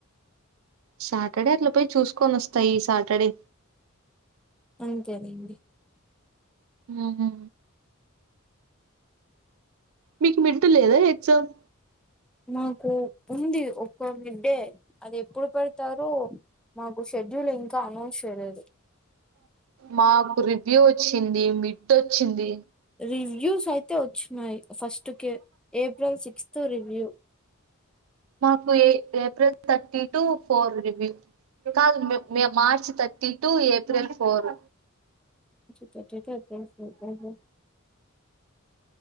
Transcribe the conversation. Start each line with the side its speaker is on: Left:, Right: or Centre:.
Right: సాటర్డే అట్ల పోయి చూసుకోనొస్తా ఈ సాటర్డే
Centre: అంతేలేండి
Right: ఆహా మీకు మిడ్ లేదా ఎక్జామ్
Centre: మాకు ఉంది ఒక్క మిడ్డే అది ఎప్పుడు పెడతారు మాకు షెడ్యూలేం కా అనౌన్స్ చెయ్ లేదు
Right: మాకు రివ్యూ చ్చింది మిట్ వొచ్చింది
Centre: రివ్యూస్ అయితే వచ్చినాయి ఫస్ట్ కే ఏప్రిల్ సిక్స్త్ రివ్యూ
Right: మాకు ఏ April thirty two four review కాదు May March thirty two April four
Centre: హ